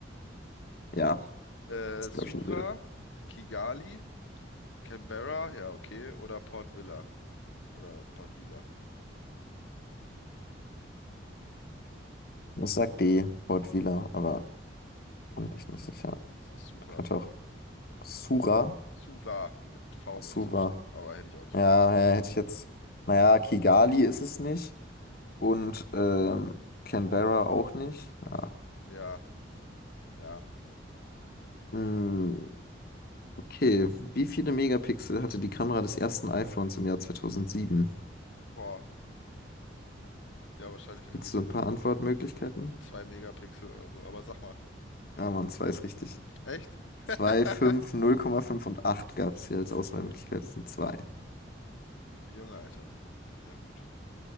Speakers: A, on the left; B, on the left.
A: Ja,
B: Äh,
A: das
B: Suva,
A: glaube ich schon will.
B: Kigali, Canberra, ja, okay. Oder Port Vila. Oder Port Vila.
A: Ich sag D, Wortwähler, aber bin echt nicht sicher.
B: Das ist Suva.
A: Könnte auch Sura,
B: Suva, mit V
A: Suva.
B: wird es geschrieben. Aber hätte ich auch nicht
A: Ja,
B: gewusst.
A: ja, hätte ich jetzt. Naja, Kigali ist es nicht. Und ähm, Canberra auch nicht. Ja.
B: Ja, ja.
A: Hm, okay. Wie viele Megapixel hatte die Kamera des ersten iPhones im Jahr 2007?
B: Boah. Ja, wahrscheinlich irgendwie
A: Willst
B: so
A: du ein paar Antwortmöglichkeiten?
B: 2 Megapixel oder so. Aber sag mal,
A: Ja, Mann, zwei ist richtig.
B: echt? <laughs>
A: zwei fünf null Komma 5 und 8 gab es hier als Auswahlmöglichkeit. Das sind zwei.
B: Junge, Alter, ich bin ja gut.